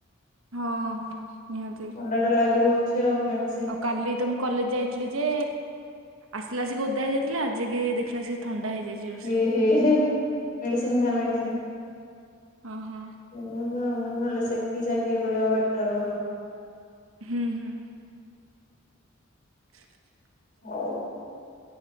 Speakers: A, on the right; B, on the left.
A: ହଁ ହଁ ନିହାତି।
B: ଥଣ୍ଡା ଟା ଲାଗି ରହୁଚି ଆଉ। ମେଡ୍
A: ଆଉ କାଲି ତ ମୁଁ କଲେଜ ଯାଇଥିଲି ଯେ ଆସିଲା ଆସକି ଓଦା ହେଇଯାଇଥିଲା। ଆଜି କିି ଦେଖିଲା କୁ ସିଏ ଥଣ୍ଡା ହେଇଯାଇଚି। ଜ
B: ଏ ହେ ମେଡିସିନ୍ ଖା ମେଡିସିନ୍।
A: ଅଁ ହଁ।
B: ଓହୋ ନହେଲେ ସେକି ସାକି ହେଇ ପଡିବ ବେଟର ହବ।
A: ହୁଁ ହୁଁ। ହ <unintelligible>
B: ହଉ।